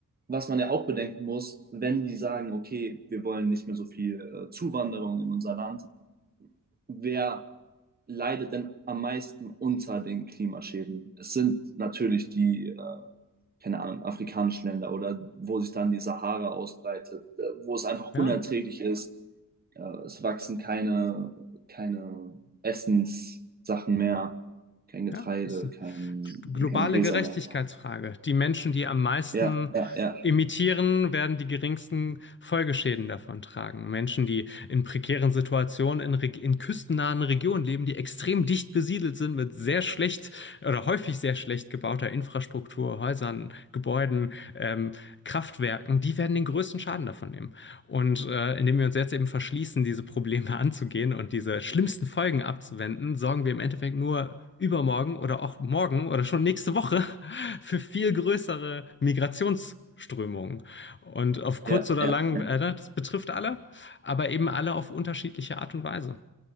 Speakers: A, on the right; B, on the left.
A: was man ja auch bedenken muss, wenn die sagen, okay, wir wollen nicht mehr so viel äh, Zuwanderung in unser Land, wer leidet denn am meisten unter den Klimaschäden? Es sind natürlich die, äh, keine Ahnung, afrikanischen Länder oder wo sich dann die Sahara ausbreitet, äh, wo es einfach
B: ja.
A: unerträglich ist, Äh, es wachsen keine, keine Essenssachen mehr, kein Getreide,
B: Ja, passt.
A: kein,
B: G- Globale
A: kein Gräser
B: Gerechtigkeitsfrage.
A: mehr.
B: Die Menschen, die am meisten
A: Ja, ja, ja,
B: emittieren, werden die geringsten Folgeschäden davon tragen. Menschen, die in prekären Situationen in, Reg- in küstennahen Regionen leben, die extrem dicht besiedelt sind mit sehr schlecht oder häufig sehr schlecht gebauter Infrastruktur, Häusern, Gebäuden, ähm, Kraftwerken, die werden den größten Schaden davon nehmen. Und äh, indem wir uns jetzt eben verschließen, diese Probleme <laughs> anzugehen und diese schlimmsten Folgen abzuwenden, sorgen wir im Endeffekt nur übermorgen oder auch morgen oder schon nächste Woche <laughs> für viel größere Migrationsströmungen. Und auf kurz
A: ja,
B: oder
A: ja,
B: lang,
A: ja.
B: äh, das betrifft alle, aber eben alle auf unterschiedliche Art und Weise.